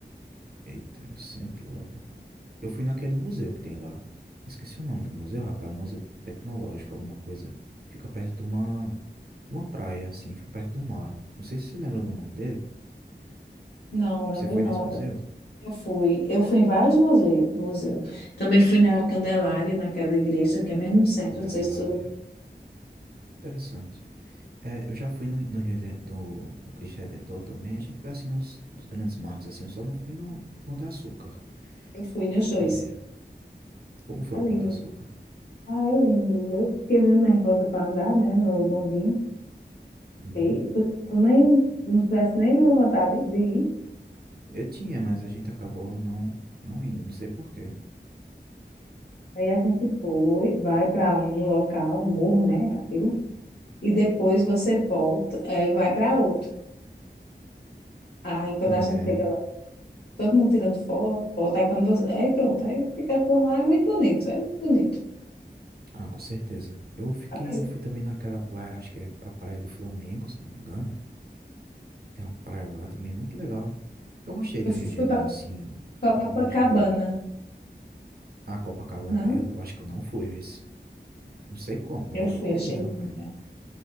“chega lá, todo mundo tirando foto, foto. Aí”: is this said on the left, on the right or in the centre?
Left